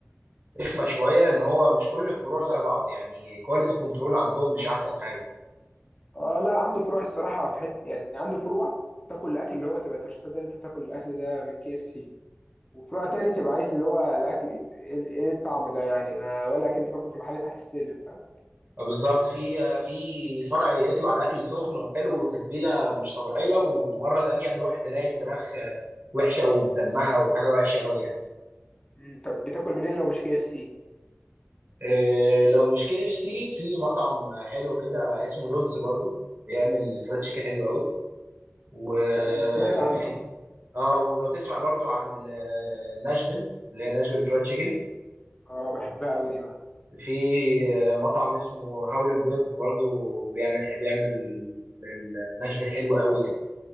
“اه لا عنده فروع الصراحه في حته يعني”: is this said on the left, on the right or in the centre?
Left